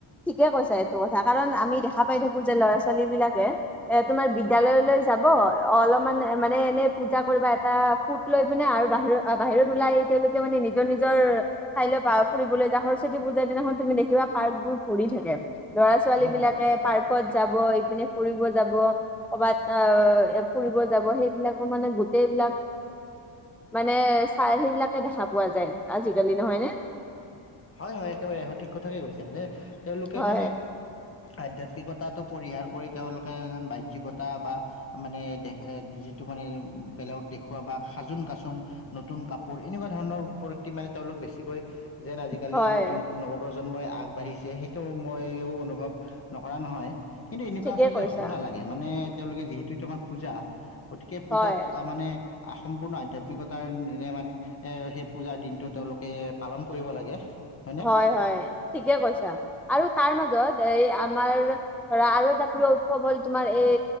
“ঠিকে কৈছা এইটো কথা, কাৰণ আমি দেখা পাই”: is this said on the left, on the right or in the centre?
Centre